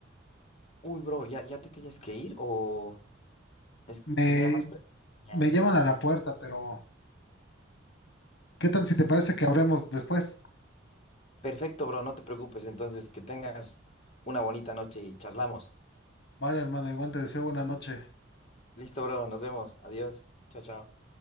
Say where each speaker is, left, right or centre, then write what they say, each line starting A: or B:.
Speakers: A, on the left; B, on the left.
A: Uy, bro, ¿ya, ya te tienes que ir o es-
B: Me,
A: tenía más... pre- Ya.
B: me llaman a la puerta, pero ¿qué tal si te parece que hablemos después?
A: Perfecto, bro, no te preocupes. Entonces, que tengas una bonita noche y charlamos.
B: Vale, hermano, igual te deseo buena noche.
A: Listo, bro, nos vemos. Adiós. Chao, chao.